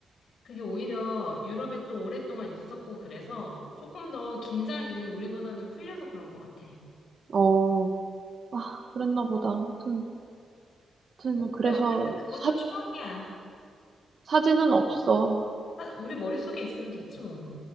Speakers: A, on the left; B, on the right.
A: 그게 오히려 유럽에 또 오랫동안 있었고 그래서 조금 더 긴장이 우리보다는 풀려서 그런 것 같아.
B: 어, 아, 그랬나 보다. 아무튼, 아무튼
A: 뭐, 근데
B: 그래서
A: 어쨌든 그것도
B: 사,
A: 추억이야.
B: 사진은 없어.
A: 아, 우리 머릿속에 있으면 됐지 뭐.